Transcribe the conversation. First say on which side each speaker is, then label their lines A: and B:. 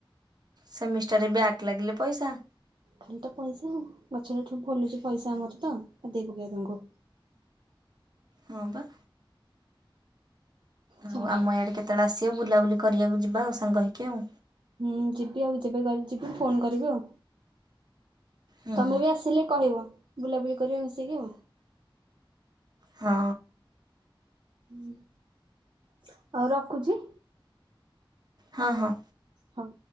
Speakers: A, on the right (about 50°); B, on the right (about 65°).
A: ସେମିଷ୍ଟାରରେ ବ୍ୟାକ ଲାଗିଲେ ପଇସା
B: ଖାଲି ତ ପଇସା ଆଉ, ଗଛରେ ଫଳୁଛି ପଇସା ଆମର ତ ଦେଇ ପକିଇବ ତାଙ୍କୁ।
A: ହଁ ବା। ଆଉ
B: ଛାଡ
A: ଆମ ଇଆଡେ କେତେବେଳେ ଆସିବ ବୁଲାବୁଲି କରିବାକୁ ଯିବା ଆଉ ସାଙ୍ଗ ହେଇକି ଆଉ।
B: ହୁଁ ଯିବି ଆଉ ଯିବେ କହିଲେ ଯିବି ଫୋନ କରିବି ଆଉ
A: ହୁଁ
B: ତମେ ବି ଆସିଲେ। କହିବ ବୁଲାବୁଲି କରିବେ ମିଶିକି ଆଉ।
A: ହଁ।
B: ହଁ ଆଉ ରଖୁଛି।
A: ହଁ ହଁ
B: ହଉ।